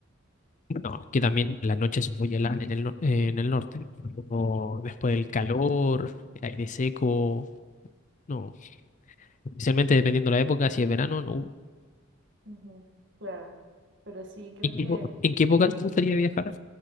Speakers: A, on the left (about 35°); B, on the right (about 60°).
A: No, que también la noche es muy helada en el, no- eh, en el norte. O después el calor, el aire seco. No, especialmente dependiendo de la época, si es verano, no.
B: Ujú, Claro, pero sí, creo
A: ¿En
B: que...
A: qué, epo- en qué época te gustaría viajar?